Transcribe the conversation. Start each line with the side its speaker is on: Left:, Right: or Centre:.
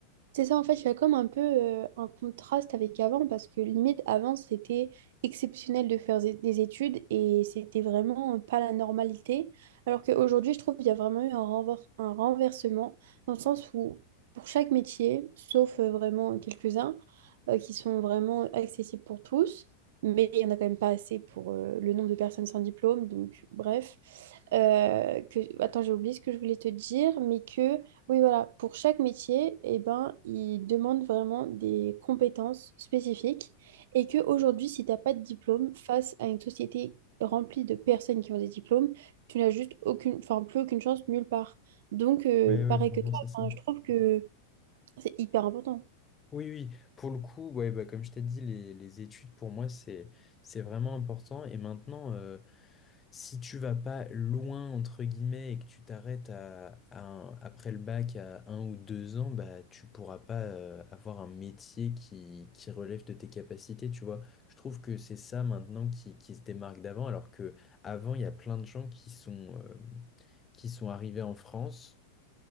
Right: C'est ça, en fait, il y a comme un peu euh, un contraste avec avant, parce que limite, avant, c'était exceptionnel de faire zé- des études et c'était vraiment pas la normalité. Alors qu'aujourd'hui, je trouve qu'il y a vraiment eu un renvers- un renversement, dans le sens où pour chaque métier, sauf euh, vraiment quelques-uns euh, qui sont vraiment accessibles pour tous, mais il n'y en a quand même pas assez pour euh, le nombre de personnes sans diplôme, donc bref. Euh, que... Attends, j'ai oublié ce que je voulais te dire, mais que... Oui, voilà, pour chaque métier, eh ben, ils demandent vraiment des compétences spécifiques et que aujourd'hui, si tu n'as pas de diplôme face à une société remplie de personnes qui ont des diplômes, tu n'as juste aucune, enfin, plus aucune chance nulle part. Donc, euh,
Left: Oui, oui,
Right: pareil
Left: vraiment,
Right: que toi,
Left: c'est ça.
Right: enfin, je trouve que c'est hyper important.
Left: Oui, oui, pour le coup, ouais, bah, comme je t'ai dit, les, les études pour moi, c'est, c'est vraiment important. Et maintenant, euh, Si tu vas pas loin, entre guillemets, et que tu t'arrêtes à, à un- après le bac à un ou deux ans, bah, tu pourras pas euh, avoir un métier qui, qui relève de tes capacités, tu vois. Je trouve que c'est ça maintenant qui, qui se démarque d'avant, alors que avant, il y a plein de gens qui sont, euh, qui sont arrivés en France